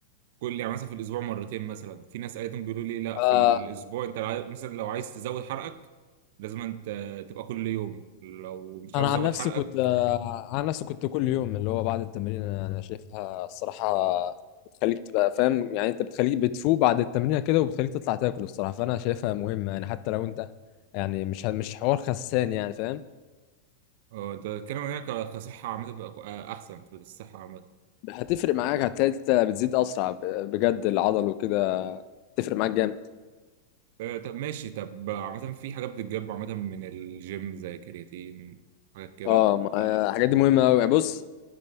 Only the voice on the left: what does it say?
آه،
انا
عن
نفسي
كنت آه، عن نفسي كنت كل يوم اللي هو بعد التمرين انا أنا شايفها الصراحه بتخليك تبقى فاهم يعني انت بتخليك بتفوق بعد التمرين كده وبتخليك تطلع تاكل الصراحه فانا شايفها مهمه يعني حتى لو انت يعني مش مش حوار خسان يعني فاهم
هتفرق معاك هتلاقي انت بتزيد اسرع ب- بجد العضل وكده تفرق معاك جامد
اه ما-
آه، الحاجات دي مهمه قوي بص